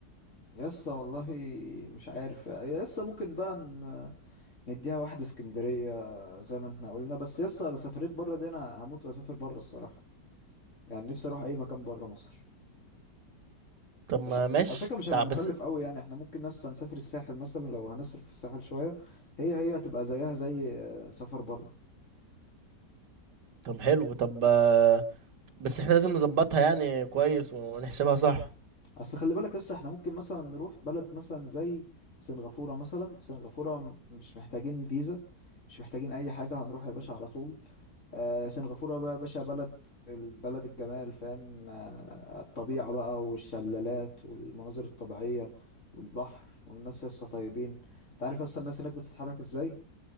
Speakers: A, on the left; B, on the right.
A: يس والله مش عارف يس ممكن بقى ن- نديها واحدة اسكندرية زي ما احنا قلنا بس يس انا سافرت بره دي انا هموت واسافر بره الصراحة يعني نفسي اروح اي مكان بره مصر
B: طب
A: مش
B: ما
A: ع-
B: ماشي
A: على فكرة مش هيبقى
B: تع-
A: مكلف
B: بس
A: قوي يعني احنا ممكن نص نسافر الساحل مثلا لو هنصرف في الساحل شوية هي هي هتبقى زيها زي آه، سفر بره
B: طب حلو طب آه، بس احنا لازم نظبطها يعني كويس ون- ونحسبها صح
A: اصل خلي بالك لسه احنا ممكن مثلا نروح بلد مثلا زي سنغافورة مثلا سنغافورة م- مش محتاجين فيزا مش محتاجين اي حاجة هنروح يا باشا على طول آه سنغافورة بقى يا باشا بلد البلد الجمال فاهم آه الطبيعة بقى والشلالات والمناظر الطبيعية والبحر والناس يا اسطى طيبين انت عارف اصلا الناس هناك بتتحرك ازاي